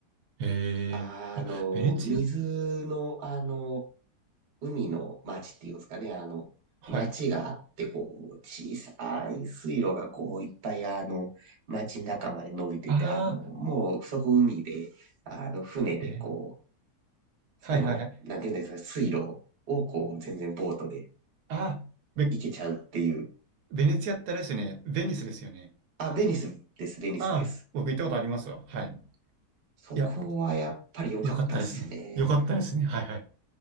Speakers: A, on the right (about 80°); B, on the right (about 50°).
A: えー、
B: あの、
A: あ、ベネツィア
B: 水の、あの、海の町っていうんですかね、あの、
A: はい。
B: 町があって、こう、小さい水路がこう、いっぱい、あの、町の中まで伸びてて、
A: ああ、
B: あの、もう、そこ海で、あの、船でこ
A: ベネ、はいはいはい。
B: う、その、なんていうんですかね、水路をこう、全然ボートで
A: ああ、べ、
B: 行けちゃうっていう。
A: ベネツィアってあれですよね。ベニスですよね。
B: あ、ベニスです、ベニスです。
A: ああ、僕行ったことありますよ。はい。
B: そこはやっぱり良かったっすね。
A: いや、よかったですね。よかったですね。はいはい。